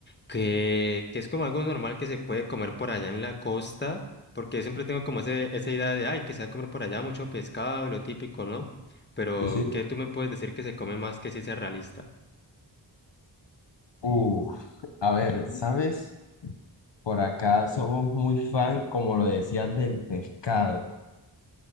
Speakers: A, on the left; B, on the left.
A: que, que es como algo normal que se puede comer por allá en la costa, porque siempre tengo como ese, esa idea de, ay, que se va a comer por allá mucho pescado y lo típico, ¿no? Pero,
B: Sí, sí.
A: ¿qué tú me puedes decir que se come más que sí sea realista?
B: Uf, a ver, ¿sabes? Por acá somos muy fan, como lo decías, del pescado,